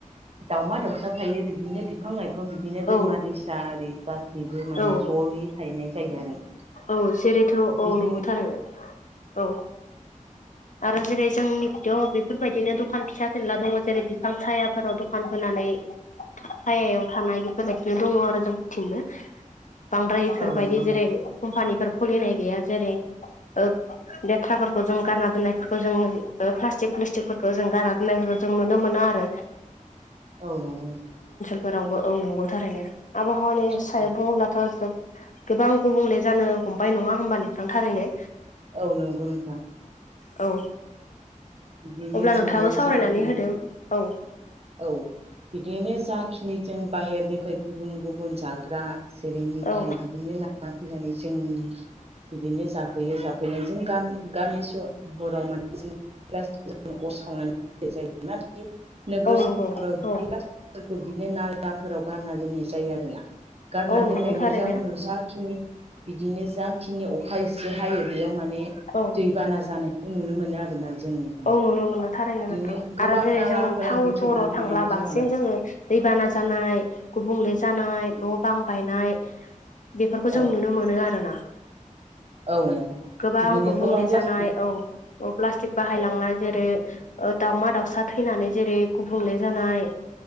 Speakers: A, on the right (about 50°); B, on the left (about 70°).
A: दावमा दावसा थायो बिदिनो बिफां लाइफां खो बिदिनो
B: औ
A: दैमा दैसा आरि गासैबो माने
B: औ
A: ज'यै थाहैनाय जायो आरो
B: औ जेरैथ'
A: बिदिजों
B: औ नंगौथारनो औ। आरो जेरै जोंनिखिथ' बेफोर बायदिनो दखान फिसा फेनला दङ' जेरै बिफां सायाफोराव दख दखान होनानै सायायाव थानाय बेफोर बायदिनो दङ' आरो जोंथिंबो बांद्रायफोर इफोर
A: औ
B: बायदि
A: नंगौ
B: जेरै
A: नोंथां
B: कम्पानि खुलिनाय गैया जेरै ओ लेथ्राफोरखौ जों गारना दोननाय फोरफोरखौ जों ओ फ्लाष्टिक-फ्लुसटिकफोरखौ जों गानना दोननायफोरखौ जों नुनो मोना आरो।
A: औ नंगौ नोंथां।
B: फोरावबो औ नंगौ थारैनो। आबहावानि
A: नोंथां
B: सायाव बुङोब्लाथ' जोब गोबां गुबुंले जानो हमबाय नङा होमबा नोंथां थारैनो
A: औ नंगौ नोंथां
B: औ
A: बिदिनो
B: अब्ला
A: जोंनिया
B: नोंथाङाबो सावरायनानै
A: जाखि
B: होदो औ
A: औ बिदिनो जाखिनि जों बाहेरनिफ्राय गुबुन गुबुन जाग्रा जेरै मिथाइ
B: औ
A: बिदिनो लाना फैनानै जोंनि बिदिनो जाफैयो जाफैनायजों गामि गामि सहराव माने जों ज अरसावनानै जायो नाथाय नोगोर
B: औ
A: सहाव
B: नंगौ औ
A: बे <unintelligible> बिदिनो नालाफोराव गारना दोननाय जायो आरो ना गारना
B: औ
A: दोननायनि
B: नंगौ थारैनो
A: जाहोनाव जाखिनि। बिदिनो जाखिनि अखा इसे हायो बेयाव माने
B: औ
A: दैबाना जानाय। नुनो मोनो आरोना। जों नोंथां
B: औ नुनो मोनो थारैनो
A: बिदिनो
B: नोंथां
A: गोबां
B: आरो जेरै
A: नालाफोरा
B: जों टाउन
A: होथेना
B: सहराव
A: थानायनि
B: थांब्ला बांसिन
A: जाहोनाव
B: जोङो दैबाना। जानाय गुबुंले। जानाय न' बां बायनाय बेफोरखौ
A: औ
B: जों नुनो मोनो आरो ना।
A: औ नोंथां
B: गोबां
A: बिदिनो
B: गुबुंले
A: गोबां प्लास्टिक
B: जानाय औ औ प्लास्टिक। बाहाय
A: औ
B: लांनाय जेरै दाउमा दाउसा थैनानै जेरै गुबुंले जानाय।